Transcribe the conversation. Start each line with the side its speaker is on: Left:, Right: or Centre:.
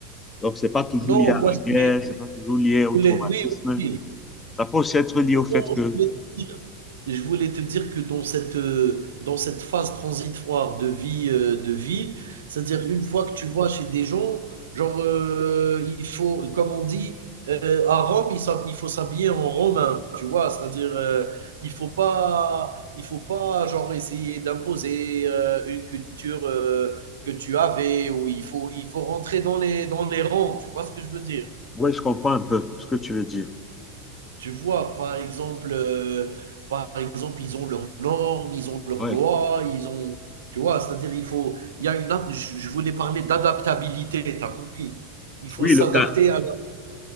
Left: Donc, ce n'est pas toujours
Right: Non,
Left: lié à
Right: moi
Left: la
Right: je
Left: guerre,
Right: voulais
Left: ce n'est pas toujours lié au
Right: je voulais
Left: traumatisme.
Right: oui, oui, oui.
Left: Ça peut aussi être lié au fait
Right: Non,
Left: que...
Right: je voulais te dire Je voulais te dire que dans cette, euh, dans cette phase transitoire de vie, euh, de vie, c'est-à-dire une fois que tu vas chez des gens, genre, euh, il faut, comme on dit, euh, à Rome, il, s'hab- il faut s'habiller en romain, tu vois, c'est-à-dire, euh, il faut pas, il faut pas, genre, essayer d'imposer euh, une culture euh, que tu avais, ou il faut, il faut rentrer dans les, dans les rangs, tu vois ce que je veux dire?
Left: Oui, je comprends un peu ce que tu veux dire.
Right: Tu vois, par exemple, euh, par exemple, ils ont leurs normes, ils ont leurs
Left: Oui.
Right: lois, ils ont, tu vois, c'est-à-dire il faut, il y a une, ad- je je voulais parler d'adaptabilité, t'as compris? Il faut
Left: Oui,
Right: s'adapter
Left: le, ca-
Right: à, la-